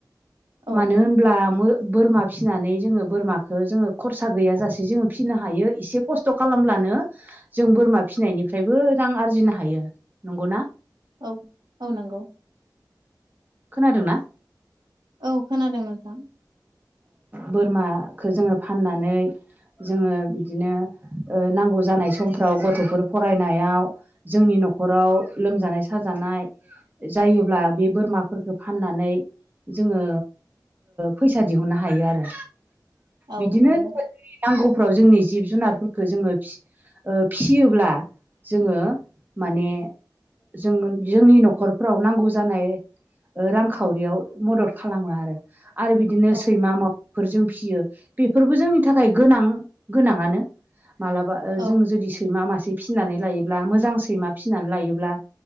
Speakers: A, on the right; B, on the right.
A: औ
B: मानो होनब्ला मो बोरमा फिनानै जोङो बोरमाखो जोङो खरसा गैयाजासे जोङो फिसिनो हायो इसे खस्थ' खालामब्लानो जों बोरमा फिसिनायनिफ्रायबो रां आरजिनो हायो। नंगौना?
A: औ औ नंगौ।
B: खोनादोंनाा
A: औ खोनादों नोंथां।
B: बोरमाखौ जोङो फाननानै जोङो बिदिनो नांगौ जानाय सम फाव गथ'फोर फरायनायाव जोंनि न'खराव लोमजानाय साजानाय जायोब्ला बे बोरमाफोरफोरखौो फाननानै जोङो फैसा दिहुननो हायो आरो।
A: औ
B: बिदिनो
A: नंगौ
B: जोङो जोंनि नांगौफ्राव जोंनि जिब जुनारफोरखौ जोङो फियोब्ला जोङो माने जों जोंनि न'खरफोराव नांगौ जानाय रांखावरियाव मदद खालामो आरो। आरो बिदिनो
A: औ
B: सैमा मावफोरजों फियो बेफोरबो जोंनि थाखाय गोनां गोनाङानो मालाबा
A: औ
B: जों जुदि सैमा मासे फिसिनानै लायोब्ला मोजां सैमा फिसिनानै लायोब्ला